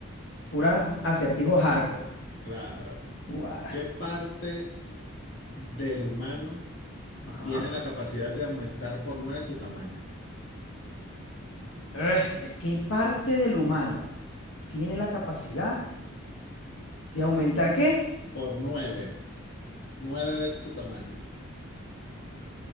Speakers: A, on the left (about 70°); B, on the left (about 55°).
A: Pura acertijo hardcore.
B: Claro.
A: Guara.
B: ¿Qué parte del humano
A: Ajá.
B: tiene la capacidad de aumentar por nueve su tamaño?
A: Eh, eh, ¿Qué parte del humano tiene la capacidad de aumentar qué?
B: Por nueve, nueve veces su tamaño.